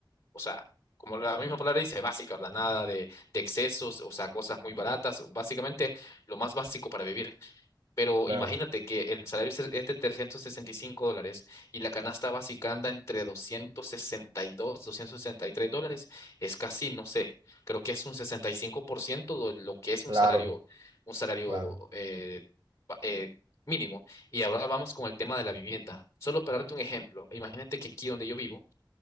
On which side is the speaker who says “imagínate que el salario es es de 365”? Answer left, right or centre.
Left